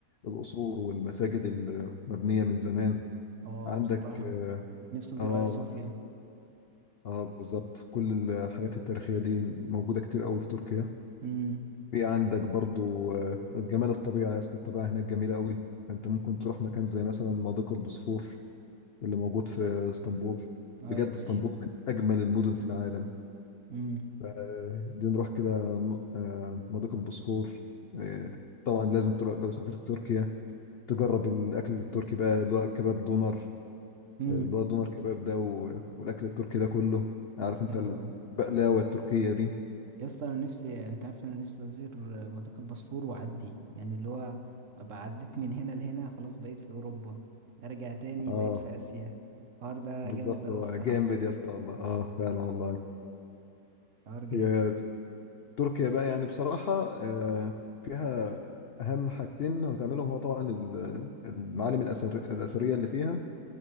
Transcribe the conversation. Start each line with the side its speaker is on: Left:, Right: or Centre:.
Left: القصور والمساجد المبنية من زمان
Right: اه
Left: عندك
Right: بصراحة
Left: اه
Right: نفسي ازور
Left: اه
Right: ايا صوفيا
Left: آه، بالظبط كل الحاجات التاريخية دي موجودة كتير قوي في تركيا
Right: امم
Left: في عندك برضو آه، جمال الطبيعة يا اسطى الطبيعة هناك جميلة قوي انت ممكن تروح مكان زي مثلا مضيق البوسفور اللي موجود في اسطنبول
Right: اه
Left: بجد
Right: يا باشا
Left: اسطنبول من أجمل المدن في العالم
Right: امم
Left: ف- دي نروح كده ن- آه، مضيق البوسفور آه، طبعا لازم تروح لو سافرت تركيا تجرب الأكل التركي بقى اللي هو كباب دونر
Right: امم
Left: آه، اللي هو دونر كباب ده و- والأكل التركي ده كله عارف انت
Right: حلو أوي
Left: البقلاوة التركية دي
Right: يا اسطى انا نفسي انت عارف انا نفسي ازور مضيق البوسفور واعدي يعني اللي هو ابقى عديت من هنا لهنا خلاص بقيت في اوروبا ارجع تاني
Left: اه
Right: بقيت في اسيا الحوار ده
Left: بالظبط
Right: جامد اوي
Left: هو
Right: الصراحه
Left: جامد يا اسطى والله اه فعلا والله
Right: حوار جامد
Left: هي تركيا بقى يعني بصراحة آه، فيها أهم حاجتين هتعملهم هو طبعا ال- المعالم الأثر الأثرية اللي فيها